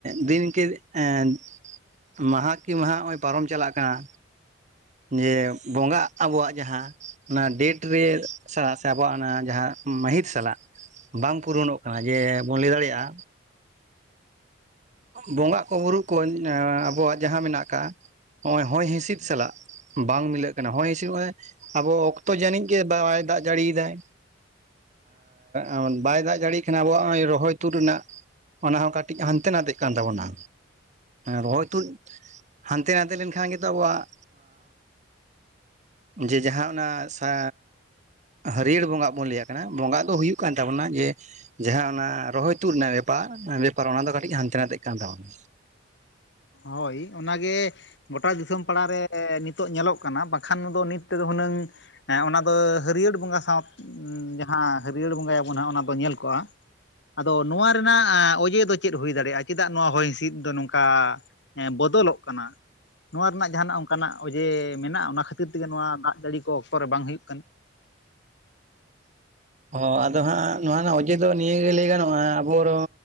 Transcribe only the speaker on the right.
ᱫᱤᱱ ᱠᱮ ᱮᱸ ᱢᱟᱦᱟ ᱠᱮ ᱢᱟᱦᱟ ᱦᱚᱜᱼᱚᱭ ᱯᱟᱨᱚᱢ ᱪᱟᱞᱟᱜ ᱠᱟᱱᱟ᱾ ᱡᱮ ᱵᱚᱸᱜᱟ ᱟᱵᱚᱣᱟᱜ ᱡᱟᱦᱟᱸ ᱚᱱᱟ ᱰᱮᱴ ᱨᱮ ᱥᱟᱞᱟᱜ ᱥᱮ ᱟᱵᱚᱣᱟᱜ ᱚᱱᱟ ᱡᱟᱦᱟᱸ ᱢᱟᱹᱦᱤᱛ ᱥᱟᱞᱟᱜ ᱵᱟᱝ ᱯᱩᱨᱚᱱᱚᱜ ᱠᱟᱱᱟ ᱡᱮ ᱵᱚᱱ ᱞᱟᱹᱭ ᱫᱟᱲᱮᱭᱟᱜᱼᱟ᱾ ᱵᱚᱸᱜᱟᱜ ᱠᱚᱵᱩᱨᱩᱜ ᱠᱚ ᱟᱵᱚᱣᱟᱜ ᱡᱟᱦᱟᱸ ᱢᱮᱱᱟᱜ ᱟᱠᱟᱜᱼᱟ ᱾ ᱦᱚᱜᱼᱚᱭ ᱦᱚᱭ ᱦᱤᱸᱥᱤᱫ ᱥᱟᱞᱟᱜ ᱵᱟᱝ ᱢᱤᱞᱟᱹᱜ ᱠᱟᱱᱟ᱾ ᱦᱚᱭ ᱦᱤᱸᱥᱤᱫ ᱢᱟᱱᱮ ᱟᱵᱚ ᱚᱠᱛᱚ ᱡᱟᱹᱱᱤᱡ ᱜᱮ ᱵᱟᱭ ᱫᱟᱜ ᱡᱟᱹᱲᱤᱭ ᱫᱟᱭ᱾ ᱟᱨ ᱵᱟᱭ ᱫᱟᱜ ᱡᱟᱲᱤᱭ ᱠᱷᱟᱱ ᱟᱵᱚᱣᱟᱜ ᱨᱚᱦᱚᱭ ᱛᱩᱫ ᱨᱮᱱᱟᱜ᱾ ᱚᱱᱟ ᱦᱚᱸ ᱠᱟᱹᱴᱤᱡ ᱦᱟᱱ ᱦᱟᱱᱛᱮ ᱱᱟᱛᱮᱜ ᱠᱟᱱ ᱛᱟᱵᱚᱱᱟ᱾ ᱨᱚᱦᱚᱭ ᱛᱳᱫ ᱦᱟᱱᱛᱮ ᱱᱟᱛᱮ ᱞᱮᱱᱠᱷᱟᱱ ᱜᱮᱛᱚ, ᱟᱵᱚᱣᱟᱜ ᱡᱮ ᱡᱟᱦᱟᱸ ᱚᱱᱟ ᱥᱟᱻ ᱦᱟᱹᱨᱭᱟᱹᱲ ᱵᱚᱸᱜᱟᱜ ᱵᱚᱱ ᱞᱟᱹᱭ ᱠᱟᱱᱟ᱾ ᱵᱚᱸᱜᱟᱜ ᱫᱚ ᱦᱩᱭᱩᱜ ᱠᱟᱱ ᱛᱟᱵᱚᱱᱟ ᱡᱮ, ᱡᱟᱦᱟᱸ ᱚᱱᱟ ᱨᱚᱦᱚᱭ ᱛᱩᱫ ᱨᱮᱱᱟᱜ ᱵᱮᱯᱟᱨ, ᱵᱮᱯᱟᱨ ᱚᱱᱟ ᱫᱚ ᱠᱟᱹᱴᱤᱡ ᱦᱟᱱᱛᱮ ᱱᱟᱛᱮᱜ ᱠᱟᱱ ᱛᱟᱵᱚᱱᱟ᱾
ᱚ ᱟᱫᱚ ᱦᱟᱸᱜ ᱱᱚᱣᱟ ᱨᱮᱱᱟᱜ ᱚᱡᱮ ᱫᱚ ᱱᱤᱭᱟᱹᱜᱮ ᱞᱟᱹᱭ ᱜᱟᱱᱚᱜᱼᱟ ᱾ ᱟᱵᱚᱨ